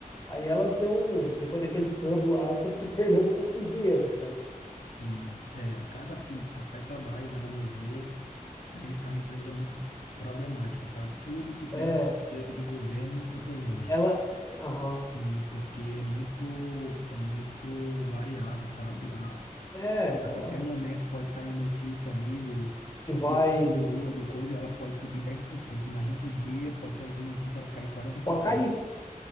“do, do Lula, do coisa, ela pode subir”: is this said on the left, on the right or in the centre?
Left